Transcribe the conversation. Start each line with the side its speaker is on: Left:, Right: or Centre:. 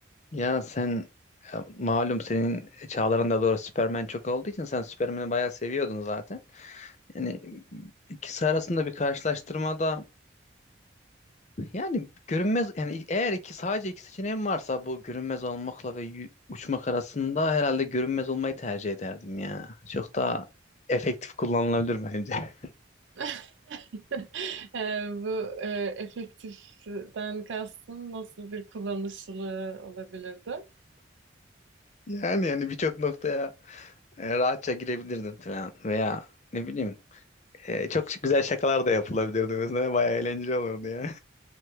Left: Ya sen ya malum senin çağlarında doğru Superman çok olduğu için sen Superman'i bayağı seviyordun zaten. Yani ikisi arasında bir karşılaştırmada yani görünmez yani eğer iki sadece iki seçeneğim varsa bu görünmez olmakla ve yü- uçmak arasında herhalde görünmez olmayı tercih ederdim ya. Çok daha efektif kullanılabilir bence. <laughs>
Right: <laughs> E, bu e, efektiften kastın nasıl bir kullanışlılığı olabilirdi?
Left: Yani yani birçok noktaya e, rahatça girebilirdim falan veya ne bileyim e, çok güzel şakalar da yapılabilirdi mesela bayağı eğlenceli olurdu ya.